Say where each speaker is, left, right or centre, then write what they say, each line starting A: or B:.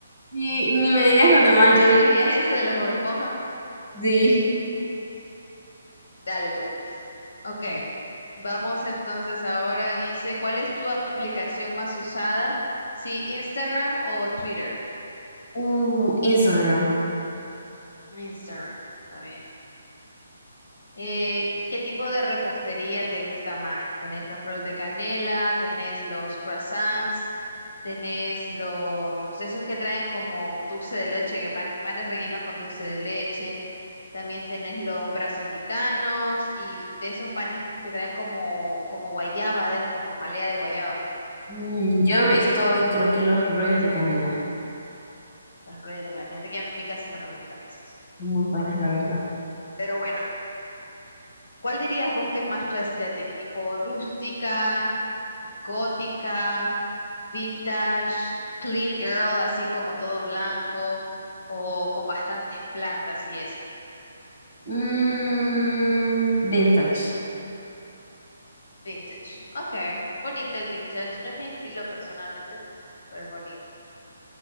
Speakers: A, on the left; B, on the left.
A: Ni, ni me digas los demás, yo
B: ¿Elegirías
A: di-
B: ese de los Bob Esponja?
A: sí.
B: Dale, pues. Ok, vamos entonces ahora. Dice, ¿cuál es tu aplicación más usada? Sí, Instagram o Twitter.
A: Uh, Instagram.
B: Instagram, está bien. Eh, ¿qué tipo de repostería te gusta más? ¿Tenés los rolls de canela? ¿Tenés los croissants? ¿Tenés los, esos que traen como dulce de leche, que pan- panes rellenos con dulce de leche? También tenés los brazos gitanos y de esos panes que traen como, como guayaba adentro, con jalea de guayaba.
A: Mm, yo estoy, creo que los rollos de canela
B: Los rollos de canela. Fíjate que a mí casi no me gustan esos.
A: son muy buenos, la verdad.
B: Pero bueno, ¿cuál dirías vos que es más tu estética? ¿Tipo rústica, gótica, vintage, clean girl, así como todo blanco o con bastantes plantas y eso?
A: Mm, vintage.
B: Vintage. Ok, bonito el vintage. No es mi estilo personalmente, pero es bonito.